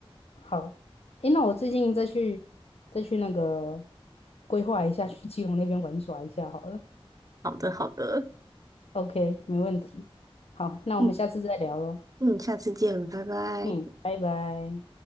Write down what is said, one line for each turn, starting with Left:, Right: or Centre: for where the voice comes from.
Left: 好，诶，那我最近再去再去那个规划一下，去基隆那边玩耍一下好了。
Right: 好的，好的，
Left: OK，没问题。好，那我们下次再聊喽。
Right: 嗯嗯，下次见，拜拜。
Left: 嗯，拜拜。